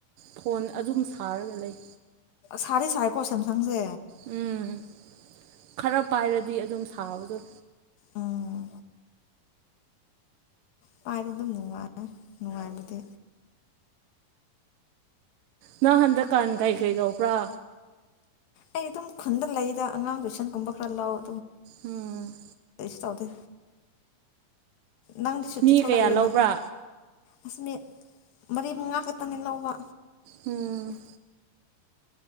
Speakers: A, on the right (about 75°); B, on the left (about 80°).
A: ꯐꯣꯟ ꯑꯗꯨꯝ ꯁꯥꯔꯒ ꯂꯩ꯫
B: ꯁꯥꯔꯤ ꯁꯥꯏꯀꯣ ꯁꯦꯝꯁꯪꯁꯦ꯫
A: ꯎꯝ ꯈꯔ ꯄꯥꯏꯔꯗꯤ ꯑꯗꯨꯝ ꯁꯥꯕꯗꯔ꯫
B: ꯎꯝ ꯄꯥꯏꯕꯗꯤ ꯑꯗꯨꯝ ꯅꯨꯡꯉꯥꯏꯔꯦ ꯅꯨꯡꯉꯥꯏꯕꯗꯤ꯫
A: ꯅ ꯍꯟꯗꯛꯀꯥꯟ ꯀꯩ ꯀꯩ ꯇꯧꯕ꯭ꯔꯥ꯫
B: ꯑꯩ ꯑꯗꯨꯝ ꯈꯨꯟꯗ ꯂꯩꯗ꯫ ꯑꯉꯥꯡ ꯀꯨꯏꯁꯟꯒꯨꯝꯕ ꯈꯔ ꯂꯥꯎꯑꯣ꯫
A: ꯎꯝ꯫
B: ꯆꯥꯎꯗ꯫ ꯅꯪꯗꯤ ꯁꯨꯇꯤ
A: ꯃꯤ
B: ꯊꯣꯂꯛꯏꯔ
A: ꯀꯌꯥ ꯂꯧꯕ꯭ꯔꯥ
B: ꯅ꯫ ꯑꯁꯤꯅꯨꯃꯤꯠ ꯃꯔꯤ ꯃꯉꯥ ꯈꯛꯇꯅꯤ ꯂꯧꯕ꯫
A: ꯎꯝ꯫